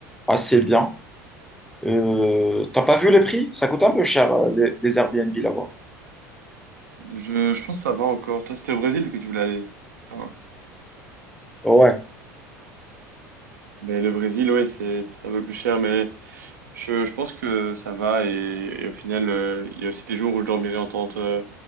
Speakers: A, in the centre; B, on the right (about 85°).
A: assez bien. Euh, t'as pas vu les prix? Ça coûte un peu cher, euh, les, les Airbnb là-bas.
B: Je, je pense que ça va encore. Toi, c'était au Brésil que tu voulais aller, c'est ça. hein
A: Ouais,
B: Mais le Brésil, oui, c'est c'est un peu plus cher, mais je, je pense que ça va. Et, et au final, euh, il y a aussi des jours où je dormirai en tente, euh,